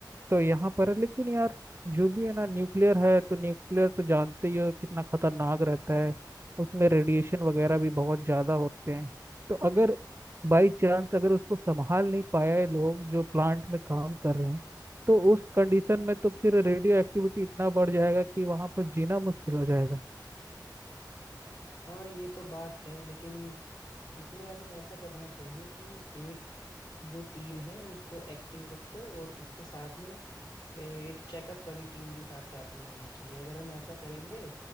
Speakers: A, on the right; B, on the left.
A: तो यहाँ पर है लेकिन यार जो भी है ना न्यूक्लियर है तो न्यूक्लियर तो जानते ही हो कितना खतरनाक रहता है उसमें रेडिएशन वगैरह भी बहुत ज़्यादा होते हैं तो अगर बाई चांस अगर उसको संभाल नहीं पाया है लोग जो प्लांट में काम कर रहे हैं तो उस कंडीशन में तो फिर रेडियो एक्टिविटी इतना बढ़ जाएगा कि वहाँ पर जीना मुश्किल हो जाएगा
B: हाँ ये तो बात है लेकिन इसमें हमें ऐसा करना चाहिए कि एक जो टीम है उसको एक्टिव रखो और उसके साथ में ए, एक चेकअप वाली टीम भी साथ साथ में होनी चाहिए अगर हम ऐसा करेंगे